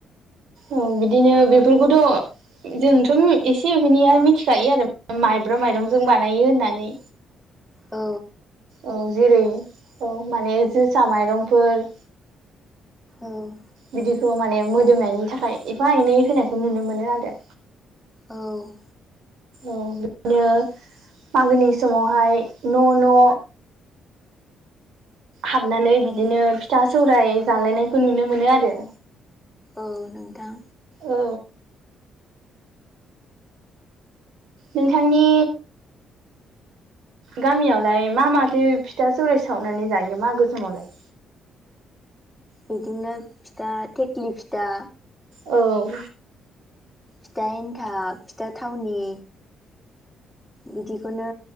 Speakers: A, on the right (about 75°); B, in the centre.
A: औ बिदिनो बेफोरखौथ' जोंथ' एसे एनैया मिथिखायो आरो माइब्रा माइरंजों बानायो होननानै।
B: औ।
A: औ जेरै औ माने जोसा माइरंफोर
B: औ।
A: बिदिखौ माने मोदोमनायनि थाखाय एफा एनै होनायखौ नुनो मोनो आरो।
B: औ।
A: औ बिदिनो मागोनि समावहाय न' न' हाबनानै बिदिनो
B: औ
A: फिथा सौराय जालायनायखौ नुनो मोनो आरो।
B: औ नोंथां।
A: औ। नोंथांनि गामियावलाय मा माथो फिथा सौराय सावनानै जायो मागो समोमावलाय?
B: बिदिनो फिथा थेख्लि फिथा
A: औ ‌
B: फिथा एन्थाब फिथा थावनि बिदिखौनो